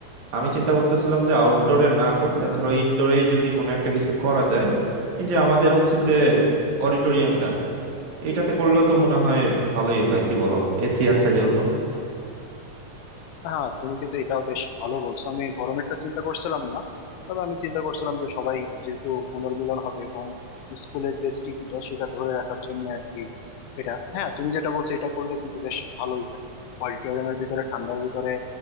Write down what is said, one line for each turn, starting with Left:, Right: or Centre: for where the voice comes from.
Right: আমি চিন্তা করতেছিলাম যে আউটডোরে না করে ধরো ইনডোরেই যদি কোনো একটা কিছু করা যায় এই যে আমাদের হচ্ছে যে অডিটোরিয়ামটা এইটাতে করলেও তো মনে হয় ভালোই হয় কি বলো এসি আছে যেহেতু
Left: হ্যাঁ তুমি কিন্তু এটাও বেশ ভালো বলছো আমি গরমেরটা চিন্তা করছিলাম না তবে আমি চিন্তা করছিলাম যে সবাই যেহেতু পুনর্মিলন হবে এবং স্কুলের যে স্মৃতিটা সেটা ধরে রাখার জন্য আর কি এটা হ্যাঁ তুমি যেটা বলছো এটা করলে কিন্তু বেশ ভালোই হয় অডিটোরিয়ামের ভিতরে ঠান্ডার ভিতরে